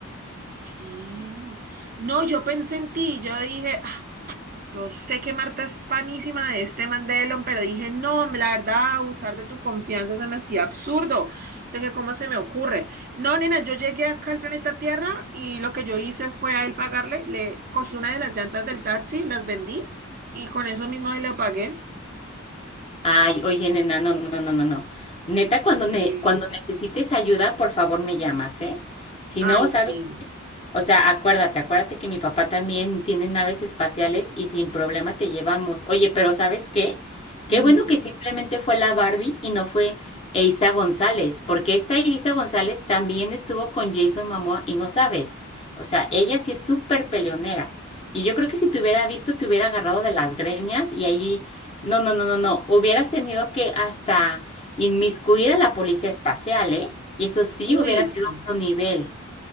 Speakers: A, on the right; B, on the left.
A: Sí. No, yo pensé en ti, yo dije, Yo sé que Marta es panísima de este Mandelon, pero dije, no, la verdad, abusar de tu confianza se me hacía absurdo. Yo dije, ¿cómo se me ocurre? No, nena, yo llegué acá al planeta Tierra y lo que yo hice fue a él pagarle, le cogí una de las llantas del taxi, las vendí y con eso mismo le pagué.
B: Ay, oye, nena, no, no, no, no, no. Neta, cuando,
A: Sí.
B: ne- cuando necesites ayuda, por favor me llamas, ¿eh? Si no,
A: Ay,
B: ¿sabes?
A: sí.
B: O sea, acuérdate, acuérdate que mi papá también tiene naves espaciales y sin problema te llevamos. Oye, pero ¿sabes qué? Qué
A: Mm.
B: bueno que simplemente fue la Barbie y no fue Eiza González, porque esta Eiza González también estuvo con Jason Momoa y no sabes. O sea, ella sí es súper peleonera. Y yo creo que si te hubiera visto, te hubiera agarrado de las greñas y ahí, no, no, no, no, no, hubieras tenido que hasta inmiscuir a la policía espacial, ¿eh? Y eso sí
A: Uy,
B: hubiera sido
A: sí.
B: otro nivel.